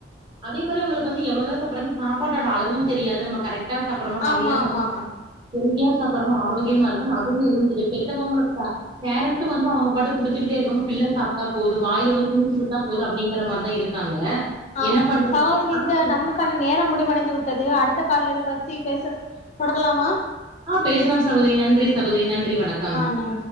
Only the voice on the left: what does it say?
ஆமா ஆமா
ம்
ச
இந்த
நம் க்கான நேரம் முடிவடைந்து விட்டது அடுத்த கால இதை பத்தி பேச தொடரலாமா
ஆ நன்றி